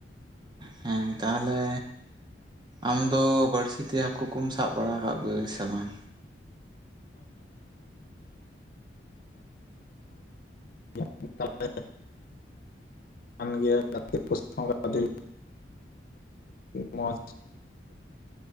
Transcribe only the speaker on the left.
<inaudible> ᱠᱟᱱ ᱜᱮᱭᱟ <unintelligible> ᱟᱹᱰᱤ ᱢᱚᱸᱡᱽ